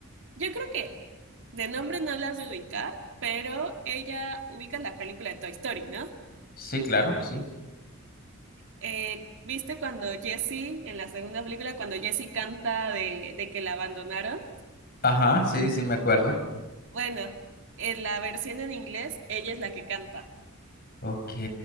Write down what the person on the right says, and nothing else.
yo creo que de nombre no las de ubicar, pero ella ubica la película de Toy Story, ¿no?
Eh, ¿viste cuando Jessie, en la segunda película, cuando Jessie canta de, de que la abandonaron?
Bueno, en la versión en inglés, ella es la que canta,